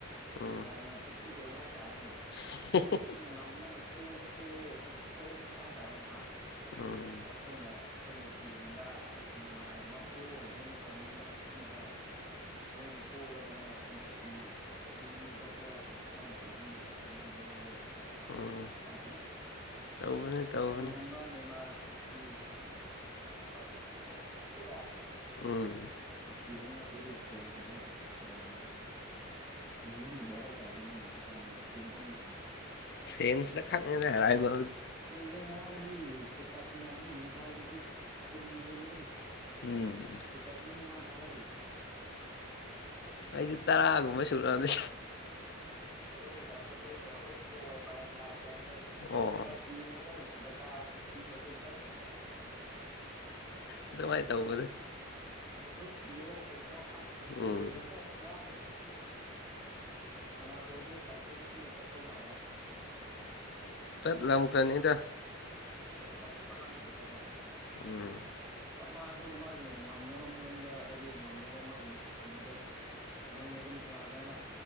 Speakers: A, on the left; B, in the centre.
A: ꯎꯝ
B: ꯌꯥꯝꯅ ꯇꯣꯛꯁꯤꯛ ꯑꯣꯏꯕ ꯍꯥꯏꯇꯥꯔꯦꯅꯦ
A: <unintelligible>
B: ꯃꯣꯏꯅ ꯉꯝꯒꯅ ꯄ ꯄꯣ ꯄꯣꯝ ꯍꯥꯏꯕ ꯇꯥꯔꯦ ꯅꯍꯥ
A: ꯎꯝ
B: ꯑꯩꯈꯣꯏꯅ ꯑꯩꯈꯣꯏ ꯃꯦꯁꯤꯒꯨꯝꯕ ꯃꯦꯃꯥꯔꯒꯨꯝꯕ ꯄꯣꯛꯔꯗꯤ ꯑꯃꯨꯛꯀ ꯃꯤꯗ ꯍꯥꯏꯊꯤꯕ
A: <unintelligible>
B: ꯃꯣꯏꯅ ꯄꯣꯛꯔꯒꯅ ꯁꯤꯝꯄꯊꯤ ꯍꯥꯏꯗꯤ ꯃꯤ ꯑꯇꯣꯞꯄꯗ ꯁꯨꯃꯥꯏꯅ ꯇꯧꯕꯤꯅꯨꯒ ꯇꯧꯕꯤꯒꯤ ꯃꯑꯣꯡꯗꯣ ꯇꯧꯔꯛꯄ
A: ꯎꯝ
B: ꯄꯥꯅ ꯍꯥꯏꯇꯗꯗ
A: ꯇꯧꯕꯅꯤ ꯇꯧꯕꯅꯤ
B: ꯀꯕꯅꯤꯃ ꯃꯤꯁꯤ ꯄ ꯃꯣꯏꯗꯤ ꯅꯨꯡꯁꯤꯌꯦꯗ
A: ꯎꯝ
B: ꯅꯨꯡꯁꯤꯗꯕꯅꯤ ꯂꯩꯠꯇꯦ ꯑꯗꯨꯕꯨ ꯐꯦꯟꯁꯤꯡꯁꯦ ꯌꯥꯝꯅ ꯌꯦꯡꯅꯤꯡꯗꯕ ꯍꯥꯏꯇꯥꯔꯦ ꯃꯣꯏꯗꯨꯗꯣ ꯌꯥꯝ ꯍꯦꯟꯃꯟꯈ꯭ꯔꯦꯕ
A: ꯐ꯭ꯔꯦꯟꯁ ꯈꯥꯛꯔꯥꯏꯕꯣ
B: ꯔꯦ ꯉꯔꯥꯡꯗꯤ ꯏꯁꯇꯦꯇꯥꯁ ꯃꯌꯥꯝꯁꯤꯦ ꯌꯦꯡꯊ ꯍꯧꯖꯤꯗꯤ ꯀꯨꯟ ꯍꯦꯜꯂꯦꯅꯦ
A: ꯎꯝ ꯎ
B: ꯇꯁ ꯃꯤ ꯑꯃꯅ ꯊꯥꯒꯠꯛꯏꯁꯦ
A: ꯑꯩꯁꯨ ꯇꯔꯥꯒꯨꯝꯕ ꯁꯨꯔꯑꯅꯦ
B: ꯑꯗꯨ ꯃꯇꯝꯗ ꯑꯩꯅ ꯃꯣꯠꯄꯅꯦ ꯋꯥꯏꯐꯥꯏꯅ ꯂꯥꯛꯇꯕꯅꯦ
A: ꯑꯣ
B: ꯏꯁꯇꯦꯇꯁ ꯌꯦꯡꯕꯗ ꯗꯇꯥ ꯐꯤꯞꯇꯤ ꯄꯔꯁꯦꯟ ꯆꯠꯈ꯭ꯔꯦꯅꯦ
A: ꯑꯗꯨꯃꯥꯏ ꯇꯧꯕꯅꯦ
B: ꯒꯔꯨꯞꯀꯤꯑ ꯀꯩꯅꯣ ꯑꯁ ꯂꯣꯏꯔꯒ꯭ꯔꯖꯥꯠꯅꯤ
A: ꯎꯝ
B: ꯉꯔꯥꯡꯅ ꯔꯣꯅꯥꯜꯗꯣꯗꯤ ꯐ꯭ꯂꯥꯏꯠꯇ ꯉꯁꯤꯅ ꯆꯠꯇꯧ ꯃꯥꯜꯂꯦ
A: ꯆꯠꯂꯝꯈ꯭ꯔꯅꯤꯗ
B: ꯍꯣꯏ ꯆꯠꯄꯨ ꯆꯠ ꯂꯝ ꯒꯅꯤꯅꯀꯣ
A: ꯎꯝ
B: ꯃꯥꯁꯨ ꯃꯥꯒꯤ ꯉꯝꯅꯕ ꯃꯑꯣꯡꯗ ꯍꯥꯏꯗꯤ ꯉꯝꯅꯕ ꯃꯥꯒꯤ ꯀꯩꯅꯣꯗ ꯃꯅꯨꯡꯗ ꯑꯗꯨꯝ ꯁꯅꯥꯈ꯭ꯔꯦꯅ